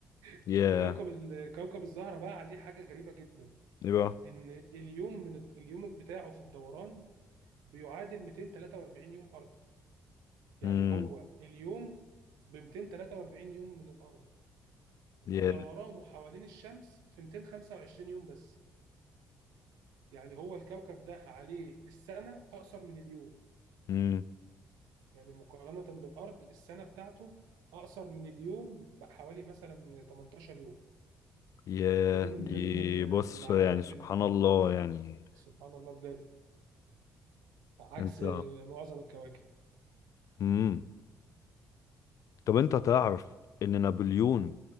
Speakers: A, on the right (about 75°); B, on the left (about 60°).
A: <laughs>
B: ياه
A: كوكب ال- كوكب الزهره بقى عليه حاجه غريبه جدا
B: ايه بقى
A: ان اليوم من اليوم بتاعه في الدوران بيعادل 243 يوم ارضي يعني
B: امم
A: هو اليوم ب 243 يوم من الارض ودورانه
B: ياه
A: حوالين الشمس في 225 يوم بس يعني هو الكوكب ده عليه السنه اقصر من اليوم
B: امم
A: يعني مقارنة بالأرض السنة بتاعته أقصر من اليوم بحوالي مثلا 18 يوم
B: ياه
A: فدي من
B: دي
A: ضمن ال- المعلومات
B: بص يعني سبحان
A: اللي
B: الله يعني
A: سبحان الله بجد عكس
B: انت
A: معظم الكواكب
B: امم طب انت تعرف ان نابليون